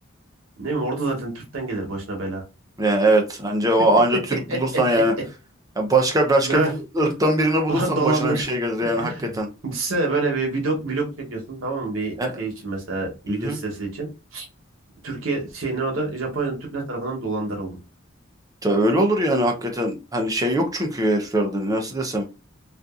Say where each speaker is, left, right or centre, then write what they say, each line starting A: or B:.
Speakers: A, on the right; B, on the right.
A: Ne bileyim orada zaten Türk'ten gelir başına bela.
B: Yani evet anca o
A: <laughs>
B: anca Türk bulursan yani Ya başka başka
A: Ne?
B: bir ırktan birini bulursan
A: Do- Dolandır.
B: başına bir şey gelir
A: <laughs>
B: yani hakikaten.
A: Düşünsene böyle bir vlog, vlog çekiyorsun tamam mı? Bir
B: E,
A: şey için mesela video
B: Hı hı.
A: sitesi için. Türkiye şey ne o da Japonya'da Türkler tarafından dolandırıldım.
B: Ya öyle olur yani hakikaten. Hani şey yok çünkü heriflerde nasıl desem.